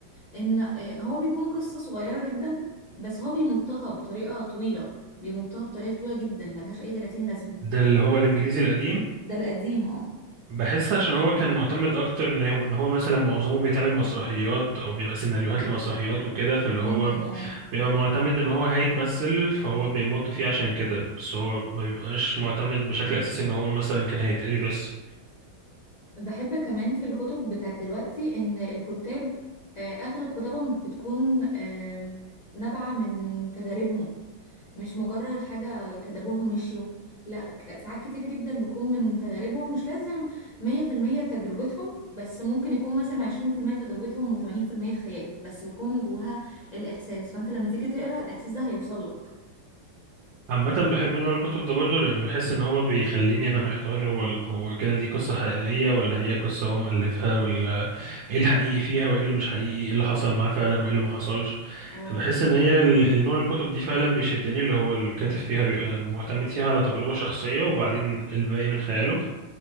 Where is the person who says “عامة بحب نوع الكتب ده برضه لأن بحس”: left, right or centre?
Right